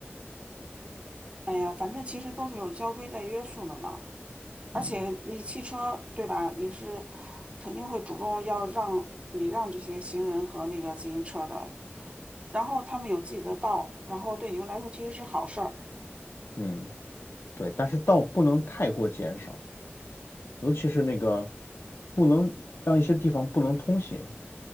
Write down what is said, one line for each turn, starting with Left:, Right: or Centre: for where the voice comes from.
Right: 哎呀，反正其实都是有交规在约束的嘛。而且你汽车对吧？
Left: 嗯
Right: 你是肯定会主动要让礼让这些行人和那个自行车的，然后他们有自己的道儿，然后对你们来说其实是好事儿。
Left: 嗯。对，但是道不能太过减少，尤其是那个不能让一些地方不能通行。